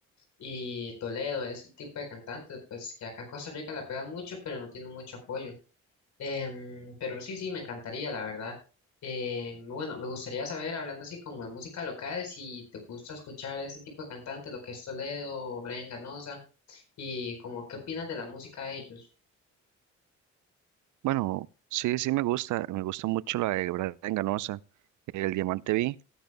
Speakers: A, on the left (about 65°); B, on the right (about 80°).
A: y Toledo, ese tipo de cantantes, pues que acá en Costa Rica la pegan mucho, pero no tienen mucho apoyo. Em, pero sí, sí, me encantaría, la verdad. Em, bueno, me gustaría saber, hablando así como de música local, si te gusta escuchar ese tipo de cantantes, lo que es Toledo, Brian Ganosa, y como qué opinas de la música de ellos.
B: Bueno, sí, sí me gusta. Me gusta mucho la de Brad Enganosa, El Diamante Vi.